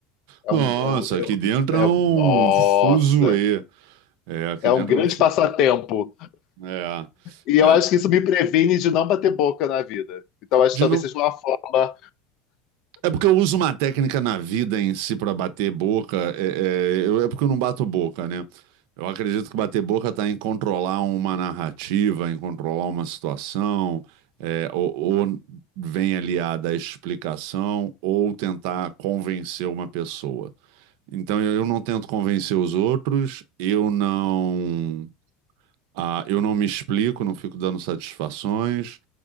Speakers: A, on the left; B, on the right.
A: É
B: Nossa,
A: um, é um, é
B: aqui
A: um-
B: dentro é
A: é
B: um
A: um- nossa,
B: fuzuê. É, aqui
A: é
B: dentro
A: um grande
B: é um. fu-
A: passatempo.
B: É,
A: E
B: é.
A: eu acho que isso me previne de não bater boca na vida. Então, acho
B: De
A: que talvez
B: no...
A: seja uma forma.
B: É porque eu uso uma técnica na vida em si para bater boca. É, é, eu- é porque eu não bato boca, né? Eu acredito que bater boca está em controlar uma narrativa, em controlar uma situação, é, ou, ou vem aliada à explicação, ou tentar convencer uma pessoa. Então eu eu não tento convencer os outros, eu não. Ah, eu não me explico, não fico dando satisfações.